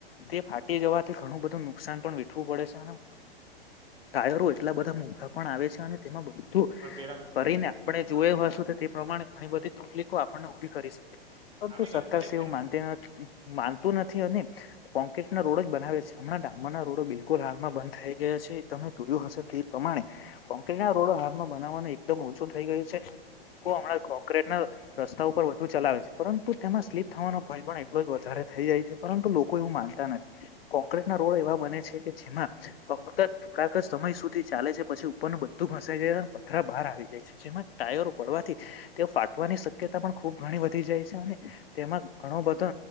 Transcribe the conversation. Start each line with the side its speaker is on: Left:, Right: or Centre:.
Left: તે ફાટી જવાથી ઘણું બધું નુકસાન પણ વેઠવું પડે છે. ટાયરો એટલા બધા મોઘા પણ આવે છે અને તેમાં બધું
Right: પણ પેલા
Left: કરીને આપણે
Right: કોણ
Left: જોય
Right: માટે નહીં
Left: હશું.
Right: બતાવે?
Left: તે પ્રમાણે ઘણી બધી તકલીફો આપણને ઉભી કરી શકે. પરંતુ
Right: આપણે
Left: સરકારશ્રી
Right: રજૂ કરીએ પહેલા.
Left: એવું માનતી નથી માનતું નથી અને કોન્ક્રેટ ના રોડ જ બનાવે છે હમણાં ડામરના રોડો બિલકુલ હાલમાં બંધ થઈ ગયા છે તમે જોયું હશે કે કોન્ક્રેટ ના રોડો હાલમાં બનાવાનું એકદમ ઓછો થઈ ગયો છે. લોકો હમણાં કોન્ક્રેટ ના રસ્તા ઉપર વધુ ચલાવે છે. પરંતુ
Right: એના
Left: તેમાં
Right: જઈને
Left: સ્લીપ
Right: થોડા
Left: થવાનો
Right: ઘેરમાં
Left: ભય પણ એટલો જ વધારે થઈ જાય છે, પરંતુ લોકો એવું માનતા નથી ક્રોકેટના રોડ એવા બને છે, કે જેમાં ફક્ત થોડાક જ સમય સુ થી ચાલે છે, પછી ઉપરનુ બધું ઘસાઈ જાય પથરા બહાર આવી જાય છે, જેમાં ટાયરો પડવાથી તે ફાટવાની શક્યતા પણ ખૂબ ઘણી વધી જાય છે, અને તેમાં ઘણો બધો